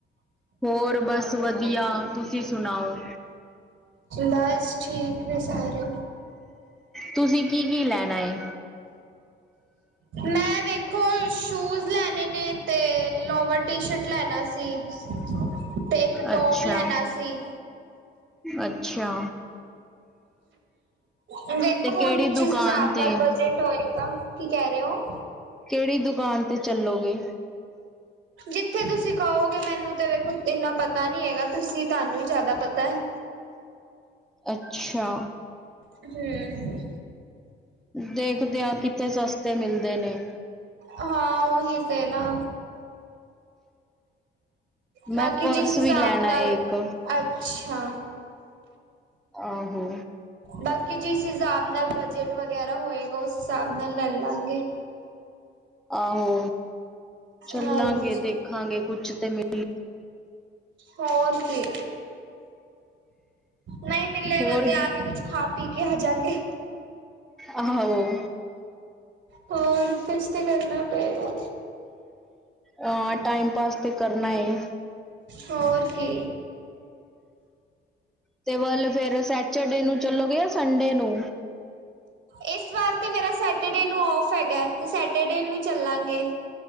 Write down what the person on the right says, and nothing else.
ਬਸ, ਠੀਕ ਨੇ ਸਾਰੇ।
ਮੈਂ ਵੇਖੋ ਸ਼ੂਜ ਲੈਣੇ ਨੇ, ਤੇ ਲੋਵਰ, ਟੀ- ਸ਼ਰਟ ਲੈਣਾ ਸੀ। ਤੇ, ਇੱਕ ਟੌਪ
ਲੈਣਾ ਸੀ।
ਹਮ, ਦੇਖੋ
ਹੁਣ
ਜਿਸ ਹਿਸਾਬ
ਨਾਲ ਬਜ- ਟ ਹੋਏਗਾ, ਕੀ ਕਹਿ ਰਹੇ ਹੋ?
ਜਿੱਥੇ ਤੁਸੀਂ ਕਹੋਗੇ, ਮੈਨੂੰ ਤੇ ਵੇਖੋ ਇੰਨਾ ਪਤਾ ਨੀ ਹੈਗਾ, ਤੁਸੀਂ, ਤੁਹਾਨੂੰ ਹੀ ਜ਼ਿਆਦਾ ਪਤਾ ਹੈ।
ਹਮ।
ਹਾਂ, ਉਹੀ ਤੇ ਨਾ।
ਬਾਕੀ,
ਜਿਸ ਹਿਸਾਬ
ਨਾਲ
ਅ ਅੱਛਾ।
ਬਾਕੀ ਜਿਸ ਹਿਸਾਬ ਨਾਲ, ਬਜਟ ਵਗੈਰਾ ਹੋਏਗਾ, ਉਸ ਹਿਸਾਬ ਨਾਲ ਲੈ ਲਾਂਗੇ।
ਹਾਂਜੀ
ਹੋਰ ਕੀ। ਨਹੀਂ ਮਿਲੇਗਾ,
ਤੇ ਆਪ ਹੀ ਕੁਛ ਖਾ, ਪੀ ਕੇ ਆ ਜਾਂਗੇ।
ਹੋਰ ਕੁਛ ਤਾਂ, ਕਰਨਾ ਪਏਗਾ।
ਹੋਰ ਕੀ।
ਇਸ ਵਾਰ ਤੇ ਮੇਰਾ, ਸੈਟਰਡੇ ਨੂੰ ਆਫ ਹੈਗਾ, ਤੇ ਸੈਟਰਡੇ ਨੂੰ ਹੀ ਚੱਲਾਂਗੇ।